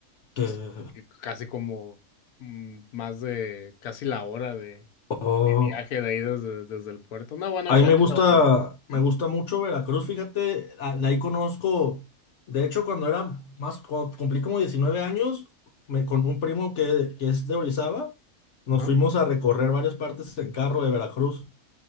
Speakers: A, on the left; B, on the left.
A: que...
B: pues, que casi como mm, más de casi la hora de,
A: Oh.
B: de viaje de ahí desde, desde el puerto. No, bueno,
A: A
B: exagero,
A: mí me gusta,
B: pero ¿Mm?
A: me gusta mucho Veracruz, fíjate, a- de ahí conozco, de hecho cuando era más, cuando cumplí como 19 años, me- con un primo que, que es de Orizaba, nos
B: ajá.
A: fuimos a recorrer varias partes en carro de Veracruz.